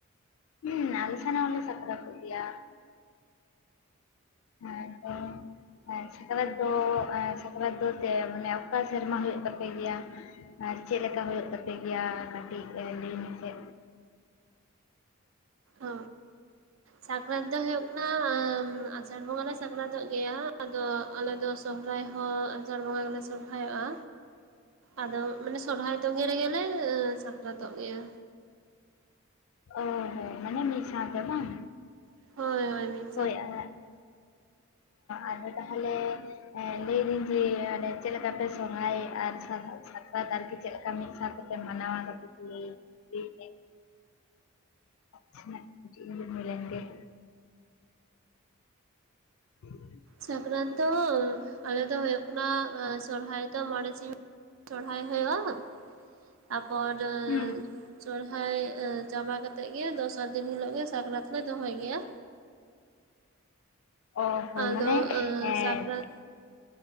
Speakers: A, on the left; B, on the right.
A: ᱦᱮᱸ ᱟᱞᱮ ᱥᱮᱱ ᱦᱚᱸᱞᱮ ᱥᱟᱠᱨᱟᱛᱚᱜ ᱜᱮᱭᱟ ᱦᱮᱸ ᱛᱳ ᱦᱮ ᱥᱟᱠᱨᱟᱫ ᱫᱚ ᱥᱟᱠᱨᱟᱫ ᱫᱚ ᱛᱮ ᱢᱟᱱᱮ ᱚᱠᱟ ᱥᱮᱨᱢᱟ ᱦᱩᱭᱩᱜ ᱛᱟᱯᱮ ᱜᱮᱭᱟ ᱟᱨ ᱪᱮᱫ ᱞᱮᱠᱟ ᱦᱩᱭᱩᱜ ᱛᱟᱯᱮ ᱜᱮᱭᱟ? ᱠᱟᱹᱴᱤᱡ ᱞᱟᱹᱭ ᱢᱮᱥᱮ᱾
B: ᱚ ᱥᱟᱠᱨᱟᱛ ᱫᱚ ᱦᱩᱭᱩᱜ ᱠᱟᱱᱟ ᱟᱥᱟᱲ ᱵᱚᱸᱜᱟ ᱨᱮ ᱥᱟᱠ ᱥᱟᱠᱨᱟᱠᱛᱜ ᱜᱮᱭᱟ ᱟᱫᱚ ᱟᱞᱮ ᱫᱚ ᱥᱚᱦᱨᱟᱭ ᱦᱚᱸ ᱟᱥᱟᱲ ᱵᱚᱸᱜᱟ ᱜᱮᱞᱮ᱾ ᱥᱚᱦᱨᱟᱭᱚᱜᱼᱟ ᱟᱫᱚ ᱢᱟᱱᱮ ᱥᱚᱨᱦᱟᱭ ᱛᱚᱜᱮ ᱨᱮᱜᱮ ᱞᱮ ᱥᱟᱠᱨᱟᱛᱚᱜ ᱜᱮᱭᱟ
A: ᱚ ᱦᱚᱸ ᱢᱟᱱᱮ ᱢᱤᱫ ᱥᱟᱶᱜᱮ ᱵᱟᱝ
B: ᱦᱳᱭ ᱦᱳᱭ ᱢᱤᱜ
A: ᱦᱳᱭ ᱟᱫᱟ ᱟᱫᱚ ᱛᱟᱦᱟᱞᱮ ᱦᱮᱸ ᱞᱟᱹᱭᱤᱫᱟᱹᱧ ᱡᱮ ᱟᱱᱮ ᱪᱮᱫ ᱞᱮᱠᱟ ᱯᱮ ᱥᱚᱨᱦᱟᱭ ᱭᱮᱜ-ᱟ ᱟᱨ ᱥᱟᱠᱨᱟᱛ ᱟᱨᱠᱤ ᱪᱮᱫ ᱞᱮᱠᱟ ᱢᱤᱫ ᱥᱟᱶᱯᱢ ᱢᱟᱱᱟᱣᱟ ᱚᱱᱟ ᱠᱚ ᱞᱟᱹᱭ ᱢᱮ <unintelligible> ᱪᱮᱫ ᱠᱚ ᱞᱮᱛᱮ <unintelligible> ᱦᱩᱸ
B: ᱥᱟᱠᱨᱟᱛ ᱫᱚ ᱟᱞᱮ ᱫᱚ ᱦᱩᱭᱩᱜ ᱠᱟᱱᱟ ᱥᱚᱨᱦᱟᱭ ᱫᱚ ᱢᱚᱬᱮ ᱥᱤᱝ ᱥᱚᱨᱦᱟᱭ ᱦᱩᱭᱩᱜ-ᱟ ᱛᱟᱯᱚᱨ
A: ᱦᱩᱸ
B: ᱥᱚᱨᱦᱟᱭ ᱪᱟᱵᱟ ᱠᱟᱛᱮ ᱜᱮ ᱫᱚᱥᱟᱨ ᱫᱤᱱ ᱦᱤᱞᱳᱜ ᱜᱮ ᱥᱟᱠᱨᱟᱛ ᱞᱮ ᱫᱚᱦᱚᱭ ᱜᱮᱭᱟ᱾
A: ᱚ ᱦᱚᱸ
B: ᱟᱫᱚ
A: ᱢᱟᱱᱮ ᱦᱮᱸ
B: ᱥᱟᱠᱨᱟᱛ